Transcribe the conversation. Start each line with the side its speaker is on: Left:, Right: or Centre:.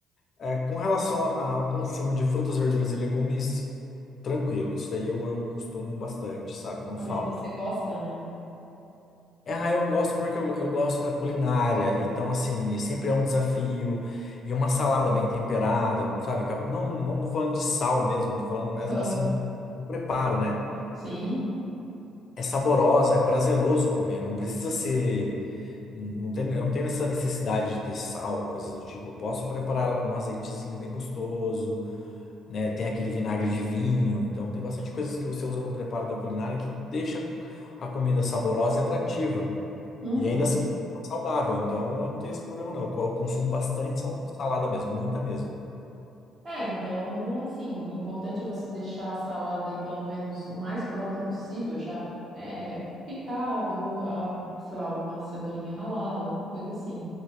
Left: É, com relação a- ao consumo de frutas, verduras e legumes, tranquilo. Isso daí eu, eu costumo bastante, sabe? Não
Right: Pelo
Left: falta.
Right: menos você gosta, né?
Left: É, ah, eu gosto porque eu, eu gosto da culinária. Então, assim, sempre é um desafio. E uma salada bem temperada, sabe? Cap- Não, não tô falando de sal mesmo, tô falando mas,
Right: Aham.
Left: assim, do preparo, né?
Right: Sim.
Left: é saborosa, é prazeroso comer. Não precisa ser. Não tem, eu não tenho essa necessidade de ter sal, coisas do tipo. Eu posso prepará-la com um azeitezinho bem gostoso, né? Tem aquele vinagre de vinho. Então, tem bastante coisas que você usa no preparo da culinária que deixa a comida saborosa e atrativa.
Right: Uhum.
Left: E ainda assim, é saudável. Então, eu não tenho esse problema, não. Eu co- eu consumo bastante sal- salada mesmo, muita mesmo.
Right: É, então, assim, o importante é você deixar a salada aí pelo menos o mais pronta possível, já é, picado, a, sei lá, alguma cenourinha ralada, alguma coisa assim,